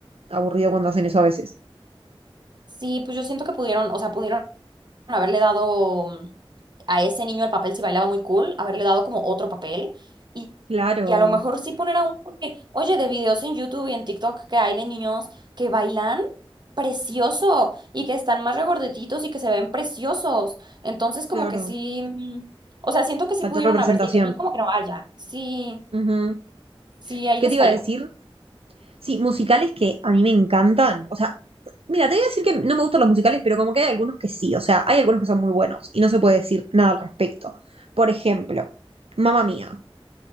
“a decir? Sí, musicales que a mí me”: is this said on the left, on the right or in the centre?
Right